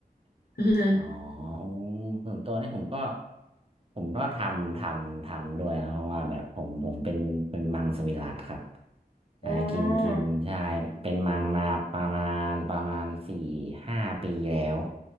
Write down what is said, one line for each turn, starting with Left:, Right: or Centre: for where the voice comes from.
Left: อือฮึ
Right: อ๋อโอส่วนตัวนี่ผมก็ผมก็ทำทำทำด้วยนะเพราะว่าแบบผมผมเป็นเป็นมังสวิรัติครับ
Left: อ๋อ
Right: อ่ากินกินใช่เป็นมังมาประมาณประมาณสี่ห้าปีแล้ว